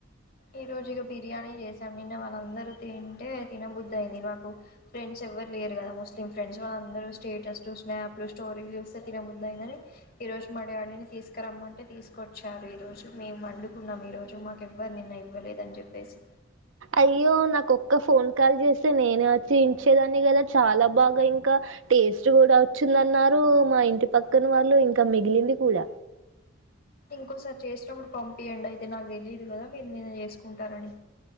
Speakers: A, on the left; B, on the right.
A: ఈ రోజు ఇక బిర్యానీ చేసాం నిన్న వాళ్ళందరూ తింటే తినబుద్దు అయింది నాకు ఫ్రెండ్స్ ఎవరు లేరు కదా ముస్లిం ఫ్రెండ్స్ వాళ్ళందరూ స్టేటస్ స్నాప్లు స్టోరీలు చూస్తే తినబద్దు అయిందని ఈ రోజు మా డాడీని తీసుకురమ్మంటే తీసుకొచ్చారు ఈ రోజు మేము వండుకున్నాం ఈ రోజు మాకు ఎవ్వరు నిన్న ఇవ్వలేదు అని చెప్పేసి
B: అయ్యో నాకొక్క ఫోన్ కాల్ చేస్తే నేను వచ్చి ఇంచేదాన్ని కదా చాలా బ బాగా ఇంకా టేస్ట్ కూడా వచ్చిందన్నారు మా ఇంటి పక్కన వాళ్ళు ఇంకా మిగిలిది ఇది కూడ
A: ఇంకోసారి చేసినప్పుడు పంపియండి అయితే నాకు తెలియదు కదా మీరు నేను చేసుకుంటారని